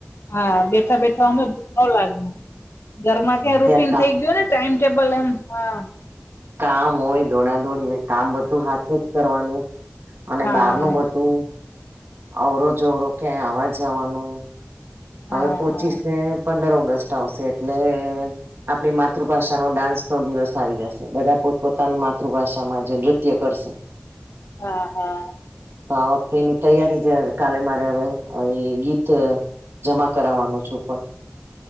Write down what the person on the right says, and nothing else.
ત્યાં કા
કામ હોય, દોડા-દોડી હોય, કામ બધું હાથે જ કરવાનું. અને
બહારનું બધું અવરો-જવરો ક્યાંય આવા જાવાનું.
હવે પોચીસને
પંદર ઓગસ્ટ આવશે એટલે આપણી માતૃભાષાનો ડાન્સનો દિવસ આવી જશે. બધા પોતપોતાની માતૃભાષામાં જે નૃત્ય કરશે. <inaudible>
તો આ વખતેની તૈયારી જ, કાલે મારે હવે એ ગીત જમા કરાવાનું છે ઉપર.